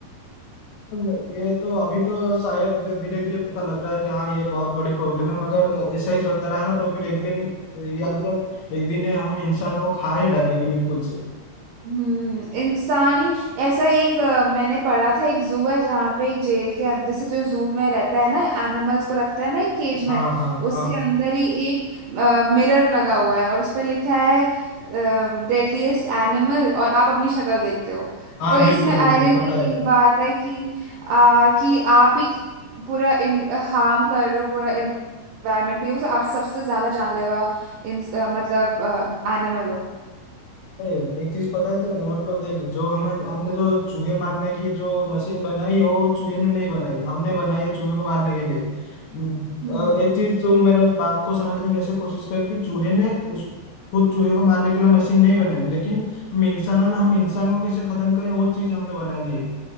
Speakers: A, on the left (about 75°); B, on the right (about 80°).
A: मतलब ये तो अभी तो शायद धीरे धीरे पता लग रहा है कि हाँ ये बहुत बड़ी प्रॉब्लम है मगर ऐसा ही चलता रहा ना तो फिर एक दिन याद रख एक दिन हम इंसानों को खा ही डालेगी बिल्कुल से
B: हम्म इंसानी ऐसा एक अ, मैंने पढ़ा था एक जू है जहाँ पे एक जेल के अंदर जैसे जो जू में रहता है ना एनिमल्स को रखता है ना एक केज
A: हाँ
B: में
A: हाँ
B: उसके
A: हाँ हाँ
B: अंदर ही एक मिरर लगा हुआ है और उस पे लिखा है डेडलीस्ट एनिमल और आप अपनी शक्ल देखते हो
A: हाँ
B: तो
A: बिल्कुल
B: इसमें आयरनी
A: बिल्कुल पता है
B: ये बात है कि आ, कि आप ही पूरा हार्म कर रहे हो पूरा इन्वायरमेंट को ये वो आप सबसे ज्यादा जानलेवा इन अ, मतलब एनिमल हो
A: ए, एक चीज पता है तेरे को मतलब देख जो हमें हमने जो चूहे मारने की जो मशीन बनाई वो चूहे ने नहीं बनाई हमने बनाई है चूहे को मारने के लिए उम,
B: हम्म
A: और एक चीज तुम मेरे बात को समझने की ऐसे कोशिश कर कि चूहे ने उस खुद चूहे को मारने के लिए मशीन नहीं बनाई लेकिन हम इंसानों ने हम इंसान को कैसे खत्म करें वो चीज हमने बना दी है